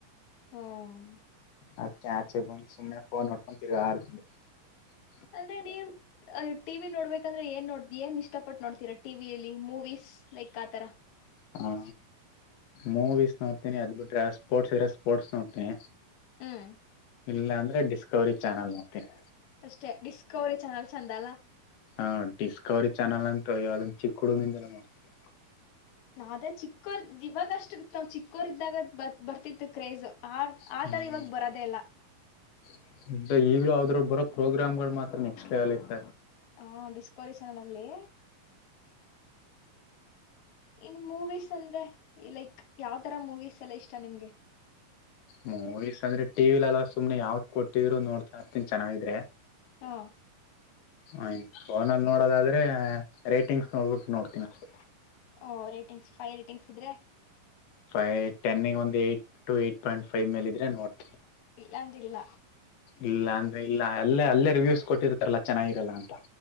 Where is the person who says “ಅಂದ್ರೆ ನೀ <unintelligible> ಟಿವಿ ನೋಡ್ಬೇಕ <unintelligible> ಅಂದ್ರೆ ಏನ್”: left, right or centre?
Left